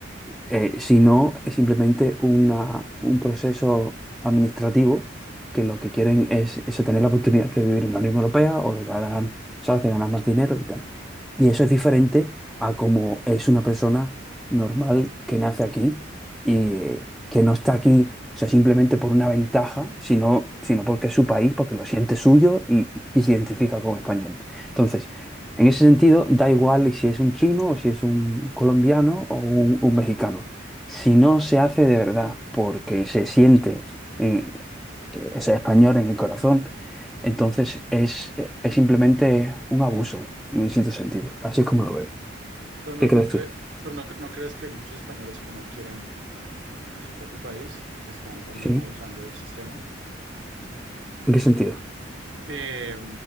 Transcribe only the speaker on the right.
Pero no,
no cre-
pero no, no crees que hay muchos españoles que no quieren a su propio país y que están también
abusando del sistema,
Eh,